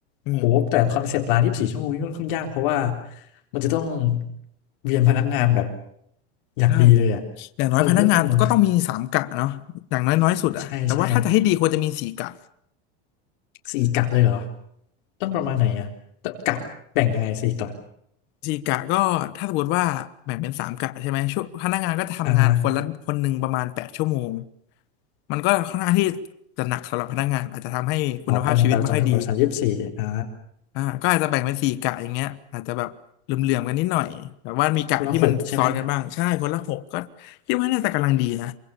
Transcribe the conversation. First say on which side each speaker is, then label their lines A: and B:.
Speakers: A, on the left; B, on the left.
A: อืม
B: โหแต่คอนเซปต์ร้านยี่สิบสี่ชั่วโมงนี่ค่อนข้างยากเพราะว่ามันจะต้องเวียนพนักงานแบบอย่างดีเลยอ่ะ
A: ใช่อย่างน้อยพนักงานก็ต้องมีสามกะเนาะอย่างน้อยน้อยสุดอะแต่ว่าถ้าจะให้ดีควรจะมีสี่กะ
B: เออมันก็ต้องคำนวณ ใช่ใช่สี่กะเลยเหรอต้องประมาณไหนอ่ะตกะแบ่งยังไงสี่กะ
A: สี่กะก็ถ้าสมมติว่าแบ่งเป็นสามกะใช่ไหมช่วงพนักงานก็จะทำงานคนละคนหนึ่งประมาณแปดชั่วโมง
B: อ่าฮะ
A: มันก็ค่อนข้างที่จะหนักสำหรับพนักงานอาจจะทำให้คุณภาพชีวิตไม่ค่อยดี
B: อ๋อแปดหนึ่งแปดสองถึงแปดสามยี่สิบสี่อ่า
A: อ่าก็อาจจะแบ่งเป็นสี่กะอย่างเงี้ยอาจจะแบบเหลื่อมๆกันนิดหน่อยแต่ว่ามีกะที่มันซ้อนกันบ้างใช่คนละหกก็คิดว่าน่าจะกำลังดีนะ
B: คนละหกใช่ไหม